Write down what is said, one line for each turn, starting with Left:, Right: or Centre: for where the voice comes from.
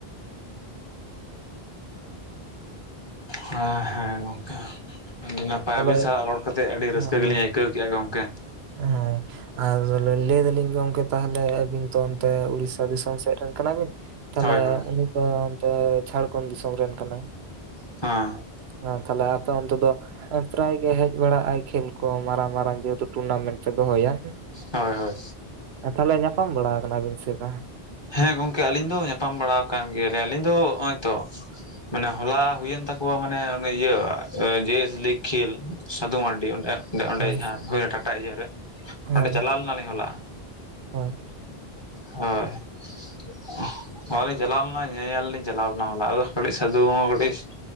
Left: ᱦᱮᱸ ᱦᱮᱸ ᱜᱚᱝᱠᱮ ᱟᱰᱤ ᱱᱟᱯ
Right: ᱛᱟᱦᱚᱞᱮ
Left: ᱟᱹᱵᱤᱱ ᱥᱟᱞᱟᱜ ᱨᱚᱲ ᱠᱟᱛᱮ ᱟᱹᱰᱤ
Right: ᱦᱮᱸ
Left: ᱨᱟᱹᱥᱠᱟᱹ ᱜᱮᱞᱤᱧ ᱟᱹᱭᱠᱟᱹᱣ ᱠᱮᱜ-ᱟ ᱜᱚᱢᱠᱮ᱾
Right: ᱦᱳᱭ᱾ ᱟᱨ ᱞᱟᱹᱭ ᱫᱟᱞᱤᱧ ᱜᱚᱢᱠᱮ ᱛᱟᱦᱚᱞᱮ ᱟᱹᱵᱤᱱ ᱛᱚ ᱚᱱᱛᱮ ᱩᱲᱤᱥᱥᱟ ᱫᱤᱥᱚᱢ ᱥᱮᱫ ᱨᱮᱱ ᱠᱟᱱᱟ ᱵᱤᱱ ᱛᱟᱦᱚᱞᱮ
Left: ᱦᱳᱭ ᱦᱳᱭ
Right: ᱩᱱᱤ ᱫᱚ ᱚᱱᱛᱮ ᱡᱷᱟᱲᱠᱷᱚᱸᱰ ᱫᱤᱥᱚᱢ ᱨᱮᱱ ᱠᱟᱱᱟᱭ
Left: <inaudible>
Right: ᱟᱨ ᱛᱟᱦᱚᱞᱮ ᱟᱯᱮ ᱚᱱᱛᱮ ᱫᱚ ᱯᱨᱟᱭ ᱜᱮ ᱦᱮᱡ ᱵᱟᱲᱟᱜ ᱟᱭ ᱠᱷᱮᱞ ᱠᱚ ᱢᱟᱨᱟᱝ ᱢᱟᱨᱟᱝ ᱡᱮᱦᱮᱛᱩ ᱴᱩᱨᱱᱟᱢᱮᱱᱴ ᱯᱮ ᱫᱚᱦᱚᱭᱟ᱾
Left: ᱦᱳᱭ ᱦᱳᱭ᱾
Right: ᱛᱟᱦᱚᱞᱮ ᱧᱟᱯᱟᱢ ᱵᱟᱲᱟ ᱠᱟᱱᱟ ᱵᱤᱱ ᱥᱮ ᱵᱟ?
Left: ᱦᱮᱸ ᱜᱚᱝᱠᱮ ᱟᱹᱞᱤᱧ ᱫᱚ ᱧᱟᱯᱟᱢ ᱵᱟᱲᱟ ᱠᱟᱱ ᱜᱮᱭᱟᱞᱤᱧ ᱟᱞᱤᱧ ᱫᱚ ᱦᱚᱜ-ᱚᱭ ᱛᱚ᱾ ᱢᱟᱱᱮ ᱦᱚᱞᱟ ᱦᱩᱭᱮᱱ ᱛᱟᱠᱚᱣᱟ ᱢᱟᱱᱮ ᱚᱱᱮ ᱤᱭᱟᱹ ᱡᱮ ᱮᱥ ᱮ ᱞᱤᱜ ᱠᱷᱮᱞ᱾ ᱥᱟᱹᱫᱷᱩ ᱢᱟᱨᱰᱤ ᱚᱸᱰᱮ ᱚᱸᱰᱮ
Right: ᱦᱳᱭ
Left: ᱡᱟᱦᱟᱸ ᱦᱩᱭᱱᱟ ᱴᱟᱴᱟ ᱤᱭᱟᱹᱮ
Right: ᱦᱳᱭ
Left: ᱚᱸᱰᱮ ᱪᱟᱞᱟᱣ ᱞᱮᱱᱟᱞᱤᱧ ᱦᱚᱞᱟ᱾
Right: ᱦᱳᱭ᱾
Left: ᱦᱳᱭ ᱦᱚᱞᱟ ᱞᱤᱧ ᱪᱟᱞᱟᱣ ᱞᱮᱱᱟ ᱧᱮᱧᱮᱞ ᱞᱤᱧ ᱪᱟᱞᱟᱣ ᱞᱮᱱᱟ ᱦᱚᱞᱟ ᱾ ᱟᱫᱚ ᱠᱟᱹᱴᱤᱡ ᱥᱟᱹᱫᱩ ᱦᱚᱸ ᱠᱟᱹᱴᱤᱡ